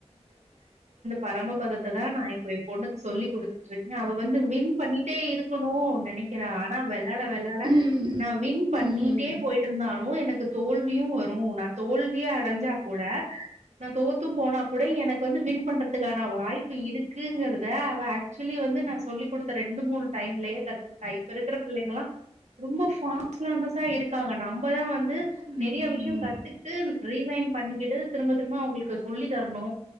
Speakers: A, on the right; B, on the right.
A: பரம்ப பதத்த தா நா இப்போ என் பொண்ணுக்கு சொல்லி கொடுத்துட்டு இருக் ந அவ வந்து வின் பண்ணிட்டே இருக்கணு இப்போ நெனைக்கிறே ஆனா விளாட விளாட
B: ம்
A: நா வின் பண்ணிட்டே
B: ம்
A: போயிட்டு இருந்தாலு எனக்கு தோல்வியு வரு நா தோல்வியே அடைஞ்சா கூட நா தோத்தும் போனா குடை எனக்கு வந்து வின் பண்றதுக்கான வாய்ப்பு இருக் க்குங்கறத அவ ஆக்சுவலி வந்து நா சொல்லி குடுத்த ரெண்டு மூணு டைம்ல கத்துக்கிட்டா இப்ப இருக்குற பிள்ளைங்கா ரொம்ப <unintelligible> இருக்காங்க நம்மதா வந்து
B: ம்
A: நெறைய விஷயம் கத்துட்டு ரீவைண்ட் பண்ணிக்கிட்டு திரும்பத் திரும்ப அவுங்களுக்கு சொல்லி தரணு